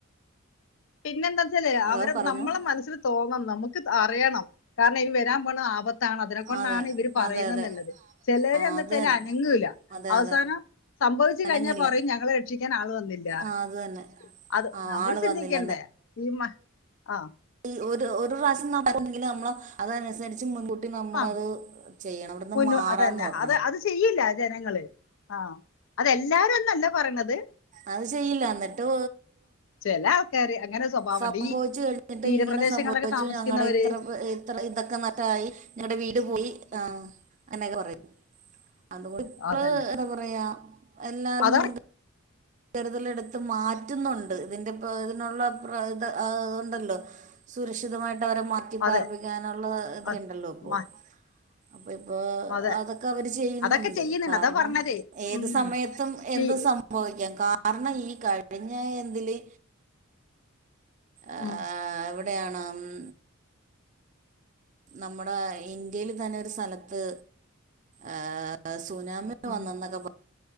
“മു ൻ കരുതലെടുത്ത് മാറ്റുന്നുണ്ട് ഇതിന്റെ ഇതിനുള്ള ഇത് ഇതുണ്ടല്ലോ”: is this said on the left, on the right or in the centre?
Right